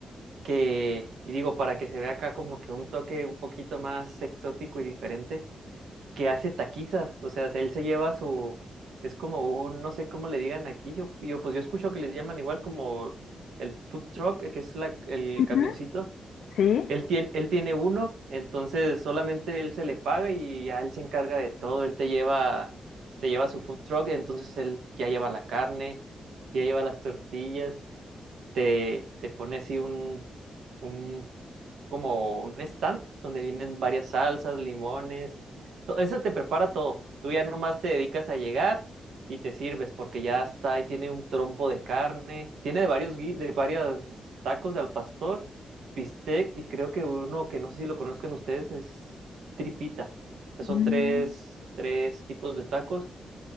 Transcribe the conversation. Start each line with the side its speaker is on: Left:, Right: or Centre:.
Right: que, y digo, para que se vea acá como que un toque un poquito más exótico y diferente, que hace taquizas, o sea, él se lleva su, es como un, no sé cómo le digan aquí, yo, yo pues yo escucho que les llaman igual como el food truck, que es la, el
Left: Ujú.
Right: camioncito
Left: Sí.
Right: él tiene, él tiene uno, entonces solamente él se le paga y ya él se encarga de todo. Él te lleva, se lleva su food truck, entonces él ya lleva la carne, ya lleva las tortillas, te, te pone así un, un como un stand donde vienen varias salsas, limones, to- eso te prepara todo. Tú ya nomás te dedicas a llegar y te sirves porque ya está ahí tiene un trompo de carne, tiene de varios gui- de varios tacos de al pastor, bistec y creo que uno que no sé si lo conozcan ustedes es tripita. O sea,
Left: Mm.
Right: Son tres tres tipos de tacos.